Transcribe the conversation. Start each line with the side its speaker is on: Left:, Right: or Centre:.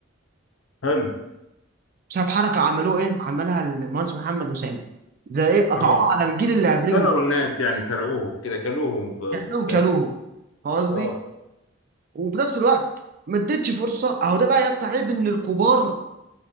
Left: حلو
Right: بسبب حركه عملوه ايه عملها المهندس محمد وسامي زي ايه قطعوه
Left: اه
Right: على الجيل اللي قبليهم
Left: سرقوا الناس يعني سرقوهم كده كلوهم في
Right: كانهم كلوه
Left: بتاع
Right: فاهم قصدي
Left: اه
Right: وفي نفس الوقت ما اديتش فرصه اهو ده بقى يستعيب ان الكبار